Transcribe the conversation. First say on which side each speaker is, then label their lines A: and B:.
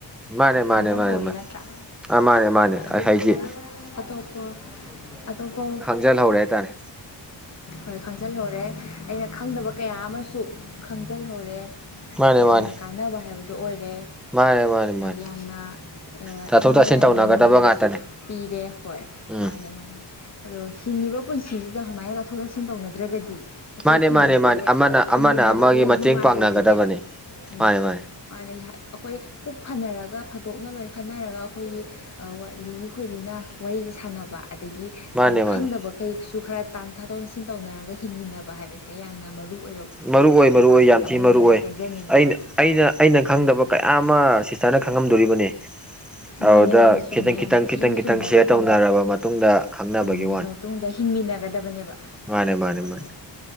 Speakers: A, in the centre; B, on the left (about 35°).
A: ꯃꯥꯅꯦ ꯃꯥꯅꯦ
B: ꯈꯪꯖꯤꯜꯍꯧꯔꯦ
A: ꯃꯥꯅꯦ ꯃꯥꯅꯦ
B: ꯅꯠꯇ꯭ꯔꯥ
A: ꯑꯥ ꯃꯥꯅꯦ ꯃꯥꯅꯦ
B: ꯑꯗꯨꯗꯨꯅ
A: ꯍꯥꯏꯗꯤ
B: ꯑꯇꯣꯞꯄ ꯑ ꯑꯗꯄ
A: ꯖꯜ ꯍꯧꯔꯦ ꯍꯥꯏꯇꯥꯔꯦ
B: ꯍꯣꯏ ꯈꯪꯖꯤꯜꯍꯧꯔꯦ ꯑꯩꯅ ꯈꯪꯗꯕ ꯀꯌꯥ ꯑꯃꯁꯨ ꯈꯪꯖꯤꯜꯍꯧꯔꯦ
A: ꯃꯥꯅꯦ
B: ꯌꯥꯝꯅ
A: ꯃꯥꯅꯦ
B: ꯀꯥꯟꯅꯕ ꯍꯥꯏꯕꯗꯨ ꯑꯣꯏꯔꯦ
A: ꯃꯥꯅꯦ ꯃꯥꯅꯦ ꯃꯥꯅꯦ
B: ꯌꯥꯝꯅ
A: ꯇꯥꯊꯣꯛ
B: ꯑꯩꯉꯣꯟꯗ
A: ꯇꯥꯁꯤꯟ
B: ꯌꯥꯝꯅ
A: ꯇꯧꯅꯒꯗꯕ
B: ꯅꯣꯂꯦꯖ
A: ꯉꯥꯛꯇꯅꯦ
B: ꯄꯤꯔꯦ ꯍꯣꯏ
A: ꯎꯝ
B: ꯃꯥꯅꯦ ꯃꯥꯅꯦ ꯑꯗꯣ ꯍꯤꯡꯉꯤꯕ ꯄꯨꯟꯁꯤꯁꯤꯗ ꯁꯨꯃꯥꯏꯅ ꯇꯥꯊꯣꯛ ꯇꯥꯁꯤꯟ ꯇꯧꯅꯗ꯭ꯔꯒꯗꯤ ꯑꯩꯈꯣꯏ
A: ꯃꯥꯅꯦ
B: ꯍꯤꯡꯕꯁꯦ
A: ꯃꯥꯅꯦ ꯃꯥꯅꯦ ꯑꯃꯅ ꯑꯃꯅ
B: ꯍꯤꯡꯃꯤꯟꯅꯕꯁꯦ
A: ꯑꯃꯒꯤ ꯃꯇꯦꯡ
B: ꯅꯨꯡꯉꯥꯏꯔꯣꯏꯗꯣꯏꯅꯦꯕ
A: ꯄꯥꯡꯅꯒꯗꯕꯅꯦ
B: ꯅ
A: ꯃꯥꯅꯦ ꯃꯥꯅꯦ
B: ꯑꯩꯈꯣꯏ ꯄꯨꯛ ꯐꯅꯔꯒ ꯐꯥꯗꯣꯛꯅ ꯂꯣꯏ ꯈꯟꯅꯔꯒ ꯑꯩꯈꯣꯏꯒꯤ ꯂꯤꯔꯤ ꯈꯣꯏꯔꯤꯅ ꯋꯥꯔꯤꯁꯦ ꯁꯥꯟꯅꯕ ꯑꯗꯒꯤ
A: ꯃꯥꯅꯦ
B: ꯈꯔ
A: ꯃꯥꯅꯦ
B: ꯈꯪꯗꯕ ꯀꯩꯁꯨ ꯈꯔ ꯇꯥꯟ ꯊꯥꯗꯣꯛ ꯊꯥꯖꯤꯟ ꯇꯧꯅꯔꯒ ꯍꯤꯡꯃꯤꯟꯅꯕ ꯍꯥꯏꯕꯁꯦ ꯁꯦ ꯌꯥꯝꯅ ꯃꯔꯨ ꯑꯣꯏꯕ
A: ꯃꯔꯨ ꯑꯣꯏ
B: ꯊꯧꯗꯥꯡ
A: ꯃꯔꯨ ꯑꯣꯏ ꯌꯥꯝ
B: ꯑꯃꯅꯦꯅ
A: ꯊꯤ ꯃꯔꯨ ꯑꯣꯏ
B: ꯍꯥꯏꯖꯅꯤꯡꯉꯦꯕ
A: ꯑꯩꯅ ꯑꯩꯅ ꯑꯩꯅ ꯈꯪꯗꯕ ꯀꯌꯥ ꯑꯃ ꯁꯤꯁꯇꯔꯅ ꯈꯪꯉꯝꯗꯣꯔꯤꯕꯅꯦ
B: ꯎ
A: ꯑꯗꯨꯗ
B: ꯃꯥꯅꯦ ꯃꯥꯅꯦ ꯆꯨꯝꯃꯦ
A: ꯈꯤꯇꯪ
B: ꯌꯥꯝ
A: ꯈꯤꯇꯪ
B: ꯊꯤꯅ
A: ꯈꯤꯇꯪ ꯈꯤꯇꯪ
B: ꯆꯨꯝꯕ
A: ꯁꯤꯌꯔ
B: ꯋꯥꯐꯝꯅꯤ
A: ꯇꯧꯅꯔꯕ ꯃꯇꯨꯡꯗ ꯈꯪꯅꯕꯒꯤ
B: ꯎꯝ ꯃꯇꯨꯡꯗ ꯍꯤꯡꯃꯤꯟꯅꯒꯗꯕꯅꯦꯕ
A: ꯃꯥꯅꯦꯦ ꯃꯥꯅꯦ
B: ꯄꯣꯠꯁꯦ
A: ꯃꯥꯅꯦ